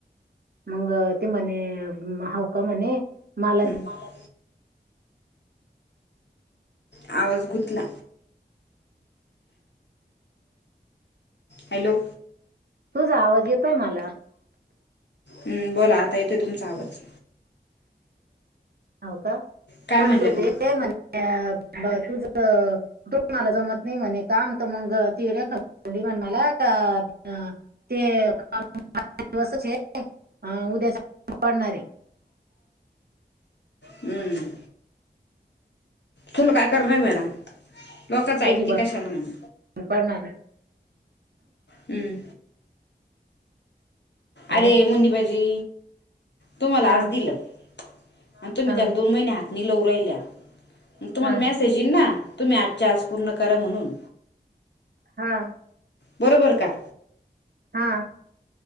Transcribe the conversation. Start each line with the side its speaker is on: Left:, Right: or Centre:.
Right: मग ते म्हणे हवका म्हणे मला,
Left: मला <unintelligible> आवाज गुंतला, हॅलो?
Right: तुझ आवाज येतोय मला,
Left: हम्म बोला आता येतोय तुमचा आवाज,
Right: हो का
Left: काय
Right: म्हणत
Left: म्हणले
Right: होते
Left: मग
Right: म्ह तुझ, तू मला जमत नाही म्हणे काम तर मग ती रेखाबोली, तिऱ्याली म्हण मला का ते दिवस हे <unintelligible> अ उद्या पडणारे,
Left: <unintelligible> हम्म तुला का कर नाही म्हणा, लोकच ऐकती
Right: कधी बंद
Left: कशाला म्हणून
Right: पडणार आहे
Left: हम्,
Right: आम्ही
Left: अरे मुीणी, बाजी तुम्हाला
Right: हा
Left: आज दिलं. आणि तुम्ही
Right: हा
Left: त्याला, दोन महिने हात नाही लवूराहिल्या, मग तुम्हाला
Right: हा
Left: मेसेज येईल ना, तुम्ही आजच्या आज पूर्ण करा म्हणून,
Right: हा,
Left: बरोबर का?
Right: हा,